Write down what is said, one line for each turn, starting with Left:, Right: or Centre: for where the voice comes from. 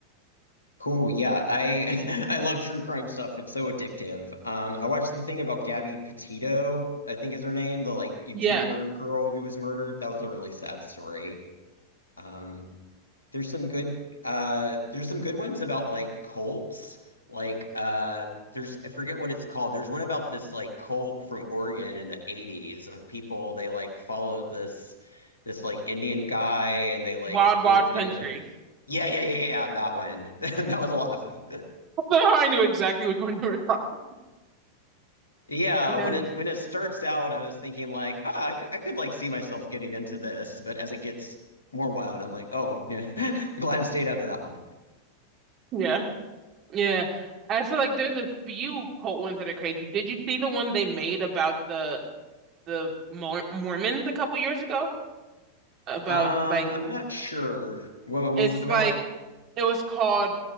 Left: Cool. Yeah, I <laughs> I love true crime stuff. It's so addictive. Um, I watched the thing about Gabby Petito, I think is her name, the like YouTuber
Right: Yeah.
Left: girl who was murdered. That was a really sad story. Um, there's some good uh there's some good ones about like cults. Like uh there's I forget what it's called. There's one about this like cult from Oregon in the 80s of people they like followed this this like Indian guy and they like
Right: Wild,
Left: lived
Right: wild country.
Left: in a Yeah, yeah, yeah, yeah, that one. <laughs> That was a lot of fun.
Right: <laughs> Somehow I knew exactly which one you were talking.
Left: Yeah,
Right: Yeah.
Left: when it when it starts out, I was thinking like, ah, I could, I could like see myself getting into this, but as it gets more wild, I'm like, oh, yeah, <laughs> glad I stayed out of that one.
Right: Yeah. Yeah. I feel like there's a few cult ones that are crazy. Did you see the one they made about the the Mor Mormons a couple years ago about
Left: Um,
Right: like
Left: I'm not sure. What, what was
Right: it's
Left: it about?
Right: like it was called